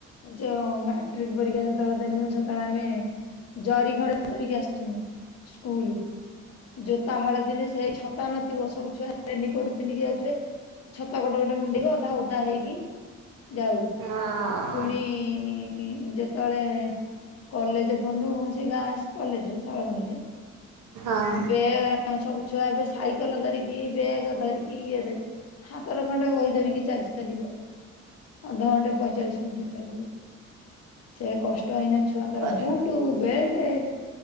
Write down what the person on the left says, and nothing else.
ଯୋଉ ମାଟ୍ରିକ ପରୀକ୍ଷା ଯେତେ ବେଳେ ଦେନୁ ସେତେବେଳେ ଆମେ ଜରି ଖଣ୍ଡେ ଧରିକି ଆସିଥିବୁ ସ୍କୁଲ। ଜୋତା ହଳ ଦିନେ ସେଇ ଛତା ନଥିବ ସବୁ ଛୁଆ ରେନି କୋଟ ପିନ୍ଧିକି ଯାଉଥିବେ ଛତା କୋଟ ଗୋଟେ ଗୋଟେ ମୁଁଣ୍ଡେଇକି ଅଧା ଓଦା ହେଇକି ଯାଉ
ପୁଣି ଇ ଯେତେବେଳେ କଲେଜେ ପଢ଼ିନୁ ସେଇ ଗାଁ ଇସ କଲେଜରେ ଶାଳ ବଣୀ ରେ
ବେ ସବୁ ଛୁଆ ଏବେ ସାଇକେଲ ଧରିକି ବେଗ ଧରିକି ଇଏ ଧରିକି ହାତରେ ଖଣ୍ଡେ ବହି ଧରିକି ଚାଲି ଚାଲି ଯାଉ ଅଧଘଣ୍ଟେ ପଇଁଚାଳିଶି ମିନିଟ ଲାଗିବ। ସେ କଷ୍ଟ ଏଇନା ଛୁଆଙ୍କ
ର ବୁଟୁ ବେଲ୍ଟେ